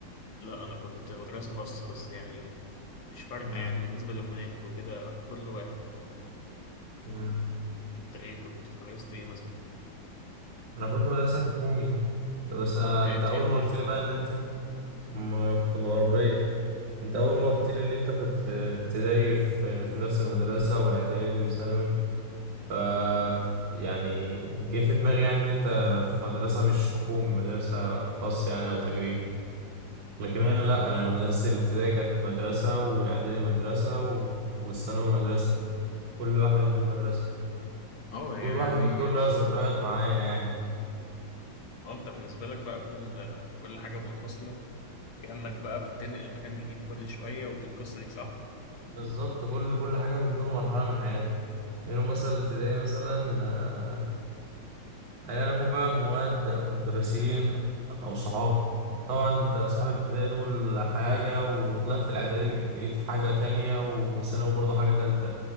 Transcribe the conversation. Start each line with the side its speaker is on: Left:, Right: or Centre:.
Left: لا انا كنت مدرسة خاصة بس يعني مش فارقة
Right: مم.
Left: يعني بالنسبة للمناهج وكده فكل واحد
Right: مم.
Left: انت ايه كنت في مدرسة ايه مثلا
Right: انا كنت مدرسة حكومي بس آه،
Left: منطقة
Right: انت اول
Left: ايه وكده
Right: ما قلت لي بقى ان انت م- في الغربية انت اول ما قلت لي ان انت كنت آه، ابتدائي في في نفس المدرسة واعدادي وثانوي ف يعني جه في دماغي يعني ان انت في مدرسة مش حكومي مدرسة خاصة يعني او تجريبي لكن انا لا انا مدرستي الابتدائي كانت مدرسه والاعدادي مدرسه و- والثانوي مدرسه كل واحده من دول مدرسه
Left: اه
Right: وكل
Left: هي
Right: واحده
Left: يعني
Right: من دول لها ذكريات معايا يعني
Left: اه انت بالنسبة لك بقى كل كل حاجة منفصلة كأنك بقى بتنقل مكان جديد كل شوية والقصة دي صح؟
Right: بالظبط كل كل حاجه من دول مرحله من حياتي منهم مثلا الابتدائي مثلا آه، ايا يعني يكن بقى مواد او مدرسين او صحاب طبعا انت صحاب الابتدائي دول حاجه وطلعت الاعدادي لقيت حاجه تانية والثانوي برضه حاجه تالتة